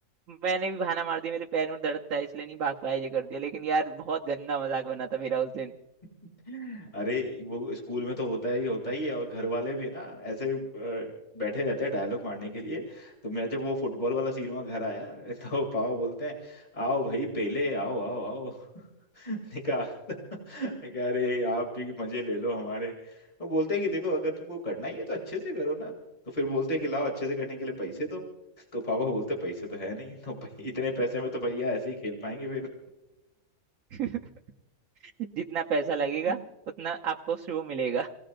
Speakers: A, on the right; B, on the left.
A: मैंने भी बहाना मार दिया मेरे पैर में दर्द था इसलिए नहीं भाग पाया ये कर दिया लेकिन यार बहुत गंदा मजाक बना था मेरा उस दिन
B: अरे वो स्कूल में तो होता ही होता ही है और घर वाले भी है ना ऐसे अ, बैठे रहते हैं डायलॉग मारने के लिए तो मैं जब वो फुटबॉल वाला सीन हुआ घर आया <laughs> तो पापा बोलते हैं आओ भाई पेले आओ आओ आओ <laughs> निकाह निकाह अरे आप भी मजे ले लो हमारे वो बोलते हैं कि देखो अगर तुमको करना ही है तो अच्छे से करो ना तो फिर बोलते हैं कि लाओ अच्छे से करने के लिए पैसे दो <laughs> तो पापा बोलते हैं, पैसे तो है नहीं तो इतने पैसे में तो भैया ऐसे ही खेल पाएंगे फिर
A: <laughs> जितना पैसा लगेगा
B: <laughs>
A: उतना आपको शो मिलेगा